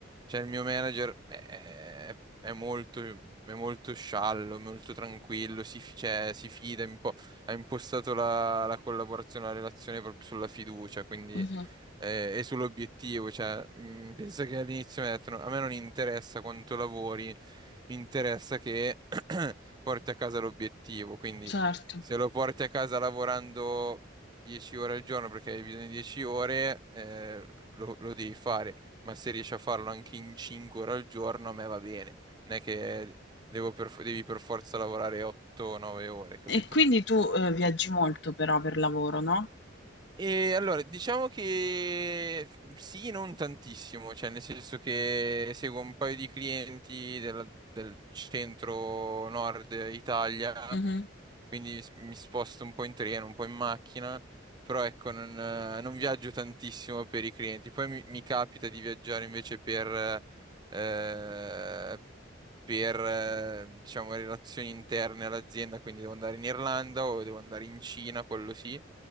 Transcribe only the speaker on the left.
mhm,
certo.
E quindi tu eh, viaggi molto però per lavoro, no?
Mhm,